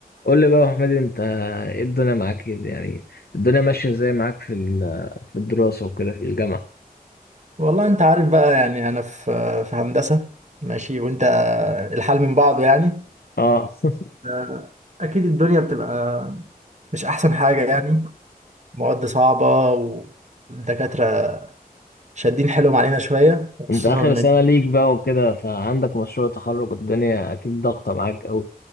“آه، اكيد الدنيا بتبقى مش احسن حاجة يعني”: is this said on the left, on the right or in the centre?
Right